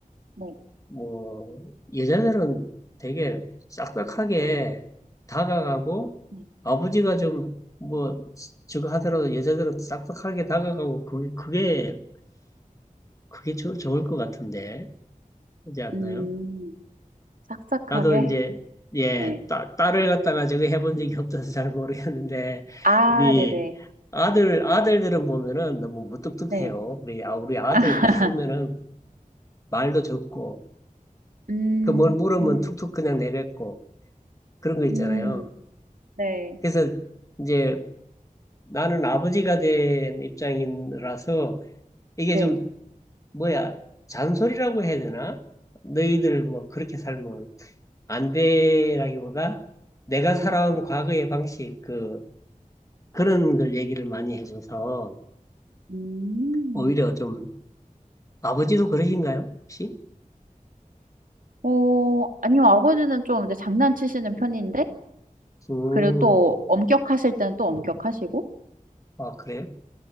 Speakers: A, on the right (about 75°); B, on the left (about 25°).
A: 네,
B: 뭐 여자들은 되게 싹싹하게 다가가고
A: 네.
B: 아버지가 좀 뭐 저거 하더라도 여자들은 싹싹하게 다가가고 그게 그게 그게 좋- 좋을 것 같은데 그지 않나요?
A: 음, 싹싹하게.
B: 나도 이제 예,
A: 네.
B: 따, 딸을 갖다가 저기 해본 적이 없어서 잘 모르겠는데
A: 아,
B: 우리
A: 네네.
B: 아들 아들들은 보면은 너무 무뚝뚝해요.
A: 네.
B: 우리 아 우리 아들
A: <laughs> 아,
B: 키우면은 말도 적고
A: 음,
B: 그 뭘 물으면
A: 음,
B: 툭툭 그냥 내뱉고 그런 거 있잖아요.
A: 음, 네.
B: 그래서 이제 나는 아버지가 된 입장이라서 이게
A: 네.
B: 좀 뭐야 잔소리라고 해야 되나? 너희들 뭐 그렇게 살면 안 돼라기보다 내가 살아온
A: 음.
B: 과거의 방식, 그, 그런 걸 얘기를 많이 해줘서
A: 음.
B: 오히려 좀 아버지도 그러신가요? 혹시?
A: 어, 아니요, 아버지는 좀 이제 장난치시는 편인데,
B: 음,
A: 그리고 또 엄격하실 때는 또 엄격하시고,
B: 아, 그래요?